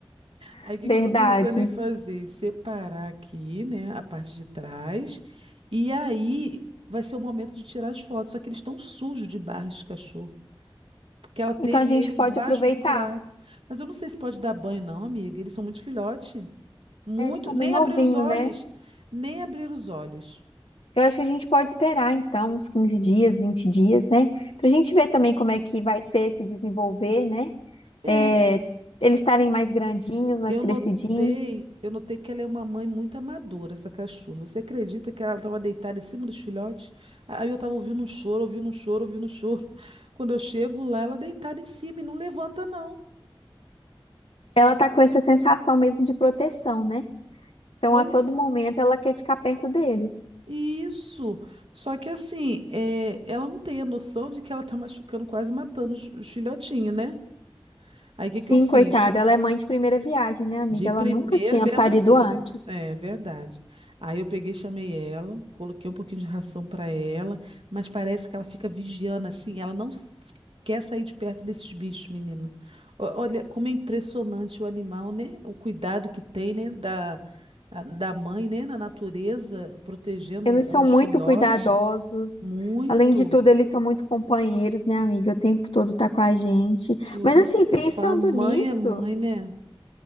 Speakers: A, on the left (about 85°); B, on the right (about 85°).
A: <laughs>
B: Aí o que
A: verdade.
B: que eu tô pensando em fazer? Em separar aqui, né, a parte de trás. E aí vai ser o momento de tirar as fotos. Só que eles estão sujos de barro de cachorro. Porque ela teve
A: Então a gente
B: ele embaixo
A: pode aproveitar.
B: do buraco. Mas eu não sei se pode dar banho, não, amiga. Eles são muito filhote. Muito.
A: É, eles estão
B: Nem
A: bem novinhos,
B: abrir os olhos.
A: né?
B: Nem abrir os olhos.
A: Eu acho que a gente pode esperar, então, uns 15 dias, 20 dias, né? Pra gente ver também como é que vai ser se desenvolver, né?
B: É.
A: É,
B: É, é.
A: eles estarem mais grandinhos, mais
B: Eu
A: crescidinhos.
B: notei, eu notei que ela é uma mãe muito amadora, essa cachorra. Você acredita que ela estava deitada em cima dos filhotes? Aí eu estava ouvindo um choro, ouvindo um choro, ouvindo um choro. <laughs> Quando eu chego lá, ela deitada em cima e não levanta, não.
A: Ela tá com essa sensação mesmo de proteção, né? Então,
B: Pois
A: a todo momento, ela quer ficar perto deles.
B: isso. Só que assim, é, ela não tem a noção de que ela está machucando, quase matando os os filhotinhos, né? Aí
A: Sim,
B: o que que eu fiz?
A: coitada, ela é mãe de primeira viagem, né, amiga?
B: De primeira,
A: Ela nunca tinha
B: bem
A: parido
B: amadora.
A: antes.
B: É verdade. Aí eu peguei, e chamei ela, coloquei um pouquinho de ração para ela, mas parece que ela fica vigiando assim, ela não s- quer sair de perto desses bichos, menina. O- Olha como é impressionante o animal, né? O cuidado que tem, né? Da, a- da mãe, né? Na natureza, protegendo
A: Eles são
B: os
A: muito
B: filhotes.
A: cuidadosos.
B: Muito.
A: Além de tudo, eles são muito companheiros, né, amiga? O tempo todo tá com a gente.
B: Por
A: Mas
B: isso
A: assim,
B: que
A: pensando
B: eu falo, mãe
A: nisso,
B: é mãe, né?